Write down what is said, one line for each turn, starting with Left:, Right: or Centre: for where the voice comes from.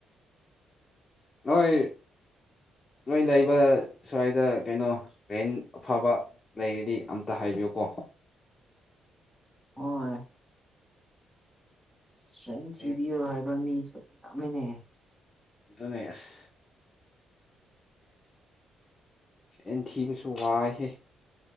Left: ꯅꯣꯏ ꯅꯣꯏ ꯂꯩꯕ ꯁ꯭ꯋꯥꯏꯗ ꯀꯩꯅꯣ ꯔꯦꯟ ꯑꯐꯕ ꯂꯩꯔꯗꯤ ꯑꯝꯇ ꯍꯥꯏꯕꯤꯌꯨꯀꯣ
Centre: ꯍꯣꯏ ꯁꯇ꯭ꯔꯦꯡ ꯊꯤꯕꯤꯌꯣ
Left: ꯑꯦ
Centre: ꯍꯥꯏꯕ ꯃꯤꯁꯨ ꯌꯥꯝꯃꯤꯟꯅꯦ
Left: ꯗꯅꯦꯁ ꯏꯟꯊꯤꯕꯁꯨ ꯋꯥꯏꯍ